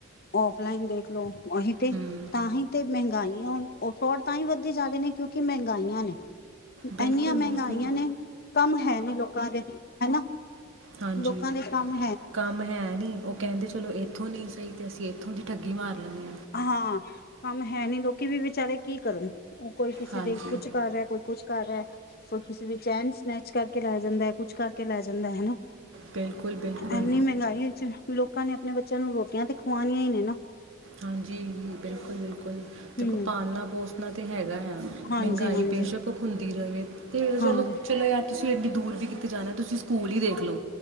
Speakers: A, on the left (about 45°); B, on the right (about 60°).
A: ਔਫਲਾਈਨ ਦੇਖਲੋ ਉਹੀ ਤੇ
B: ਹੂੰ
A: ਤਾਂ ਹੀ ਤੇ ਮਹਿੰਗਾਈ ਆ। ਉਹ ਅਫੋਡ ਤਾਂ ਹੀ ਵੱਧਦੇ ਜਾਰੇ ਨੇ ਕਿਉਂਕਿ ਮਹਿੰਗਾਈਆਂ ਨੇ।
B: ਬਿਲਕੁਲ
A: ਇੰਨੀਆਂ ਮਹਿੰਗਾਈਆਂ
B: ਬਿਲਕੁਲ
A: ਨੇ ਕੰਮ ਹੈ ਨੀ। ਲੋਕਾਂ ਦੇ ਹੈ ਨਾ
B: ਹਾਂਜੀ
A: ਲੋਕਾਂ ਦੇ ਕੰਮ
B: ਕੰਮ ਹੈ ਨੀ ਉਹ ਕਹਿੰਦੇ ਚਲੋ। ਇੱਥੋਂ ਨਹੀਂ ਸਹੀ ਤੇ ਅਸੀਂ ਇੱਥੋਂ ਦੀ ਠੱਗੀ ਮਾਰ ਲੈਂਦੇ ਹਾਂ।
A: ਹਾਂ ਕੰਮ ਹੈ ਨੀ ਲੋਕੀ ਵੀ ਵਿਚਾਰੇ ਕੀ ਕਰਨ। ਉਹ ਕੋਈ ਕਿਸੇ
B: ਹਾਂਜੀ
A: ਦੇ ਕੁਛ ਕਰ ਰਿਹਾ ਕੋਈ ਕੁਛ ਕਰ ਰਿਹਾ ਕੋਈ ਕਿਸੇ ਦੀ ਚੈਨ ਸਨੈਚ ਕਰਕੇ ਲੈ ਜਾਂਦਾ ਹੈ ਕੁੱਛ ਕਰਕੇ ਲੈ ਜਾਂਦਾ ਹੈ ਨਾ।
B: ਬਿਲਕੁਲ ਬਿਲਕੁਲ
A: ਇੰਨੀ ਮਹਿੰਗਾਈ ਵਿਚ ਲੋਕਾਂ ਨੇ ਆਪਣੇ ਬੱਚਿਆਂ ਨੂੰ ਰੋਟੀਆਂ ਤੇ ਖਵਾਣੀਆਂ ਨੇ ਨਾ।
B: ਹਾਂਜੀ ਬਿਲਕੁਲ ਬਿਲਕੁਲ ਦੇਖੋ
A: ਹਮ
B: ਪਾਲਨਾ ਪੋਸਨਾ ਨਾ ਤੇ ਹੈਗਾ ਹੈ।
A: ਹਾਂਜੀ
B: ਮਹਿੰਗਾਈ
A: ਹਾਂਜੀ
B: ਬੇਸ਼ਕ ਹੁੰਦੀ ਰਵੇ ਤੇ ਚਲੋ
A: ਹਾਂਜੀ
B: ਚਲੋ ਯਾਰ ਤੁਸੀਂ ਏਡੀ ਦੂਰ ਵੀ ਕੀਤੇ ਜਾਣਾ ਤੁਸੀਂ ਸਕੂਲ ਹੀ ਦੇਖਲੋ